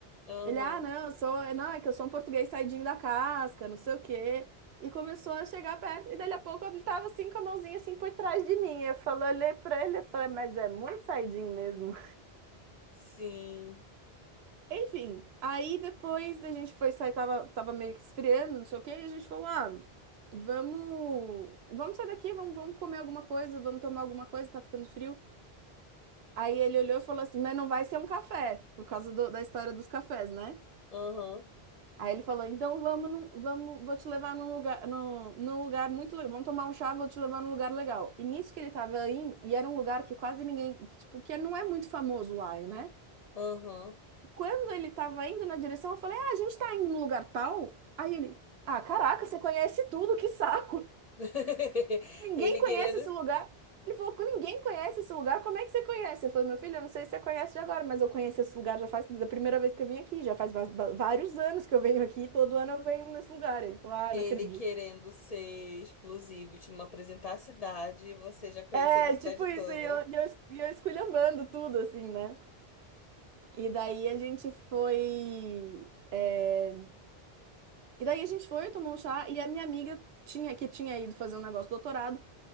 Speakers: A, on the left (about 45°); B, on the right (about 75°).
A: aham,
B: Ele, ah, não, eu sou, não, é que eu sou um português saidinho da casca, não sei o quê. E começou a chegar perto e dali a pouco ele tava assim com a mãozinha assim por trás de mim. Eu falei, olhei pra ele e falei: mas é muito saidinho mesmo.
A: sim.
B: Enfim, aí depois a gente foi sair, tava, tava meio que esfriando, não sei o quê, e a gente falou, ah, vamos, vamos sair daqui, vamos, vamos comer alguma coisa, vamos tomar alguma coisa, tá ficando frio. Aí ele olhou e falou assim, mas não vai ser um café, por causa do- da história dos cafés, né?
A: Aham,
B: Aí ele falou, então vamos, num- vamos, vou te levar num lugar, num, num lugar muito legal, vamos tomar um chá, vou te levar num lugar legal. E nisso que ele tava indo, e era um lugar que quase ninguém, tipo, que não é muito famoso lá, né?
A: aham.
B: Quando ele tava indo na direção, eu falei: Ah, a gente tá indo no lugar tal. Aí ele: Ah, caraca, você conhece tudo, que saco!
A: <laughs>
B: <laughs> Ninguém
A: Ele
B: conhece
A: querendo...
B: esse lugar. Ele falou: Ninguém conhece esse lugar, como é que você conhece? Eu falei: Meu filho, eu não sei se você conhece de agora, mas eu conheço esse lugar já faz da primeira vez que eu vim aqui, já faz va- va- vários anos que eu venho aqui, todo ano eu venho nesse lugar. Ele falou: Ah,
A: Ele
B: não acredito.
A: querendo ser exclusivo, te apresentar a cidade e você já conhecendo
B: É,
A: a cidade
B: tipo
A: toda.
B: isso, e eu, e eu, e eu esculhambando tudo, assim, né? E daí a gente foi. é, E daí a gente foi, tomou um chá, e a minha amiga tinha, que tinha ido fazer um negócio de doutorado,